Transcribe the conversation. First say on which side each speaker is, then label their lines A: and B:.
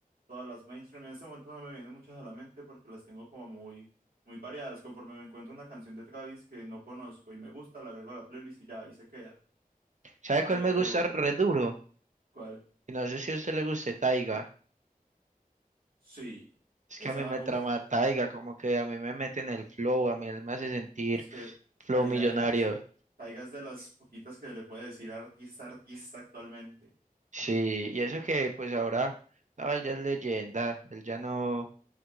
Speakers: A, on the right; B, on the right.
A: todas las mainstream. En este momento no me vienen muchas a la mente porque las tengo como muy, muy variadas. Conforme me encuentro una canción de Travis que no conozco y me gusta, la agrego a la playlist y ya ahí se queda.
B: ¿Sabe cuál
A: Pero,
B: me gusta re duro?
A: ¿cuál?
B: Y no sé si a usted le guste Taiga.
A: Sí,
B: Es
A: esa,
B: que a mí me trama
A: uff,
B: Taiga, como que a mí me mete en el flow, a mí él me hace sentir
A: es que
B: flow
A: Taiga
B: millonario.
A: es, Taiga es de las poquitas que le puede decir artista, artista actualmente.
B: Sí, y eso que pues ahora, no, él ya es leyenda, él ya no.